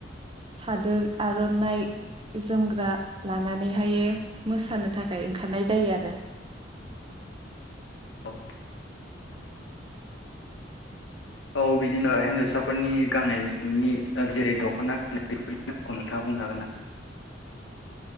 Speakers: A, on the right; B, on the left.
A: सादोर आर' नाय जोमग्रा लानानैहायो मोसानो थाखाय ओंखारनाय जायो आरो।
B: औ। औ बिदिनो हिनजावसाफोरनि गाननायनि जेरै दख'ना गाननाय <unintelligible> बेफोरनिखौ नोंथाङा बुंनो हागोनना?